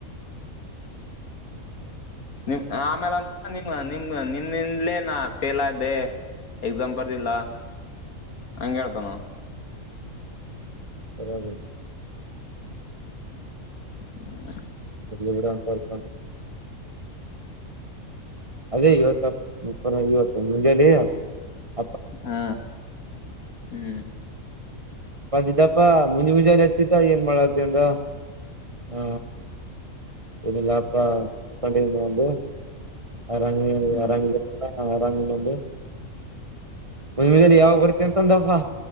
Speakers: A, on the left; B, on the right.
A: ನಿಮ ಆಮೇಲೆ ಅಂತ ನಿ ನಿಮ ನಿ ಇಂದಲೇ ನಾ ಫೇಲ್ ಆದೆ ಎಕ್ಸಾಮ್ ಬರ್ದಿಲ್ಲ ಹಂಗ ಹೇಳ್ತನವ
B: ಬರ್ಯದು
A: ಆ
B: ಇರ್ಲಿ ಬಿಡು ಅಂತರಪ್ಪ ನಿ ಅದೇ ಇವತ್ತು ಇತ್ತು ಮುಜೆಲ್ಲತ <unintelligible>
A: ಹಾ ಹ್ಮ್
B: ಅಂದಿದ್ದಪ್ಪಾ ಮುಂಜ ಮುಂಜಾಲ ಹಚ್ಚಿದ್ದ ಏನ್ ಮಾಡತಿ ಅಂದ ಹ ಏನಿಲ್ಲಪ್ಪ ಮಕೊಂಡಿದ್ದ್ ಅಂದು ಆರಾಮ ನೀವ
A: ಹ್ಮ್
B: ಆರಾಮ್ ಇದೀರಾ ಅಪ್ಪ ಹಾ ಆರಾಮಿನಂದ ಮಮಲಿ ಯಾವಾಗ ಬರುತ್ತೆ ಅಂತಂದಪ್ಪ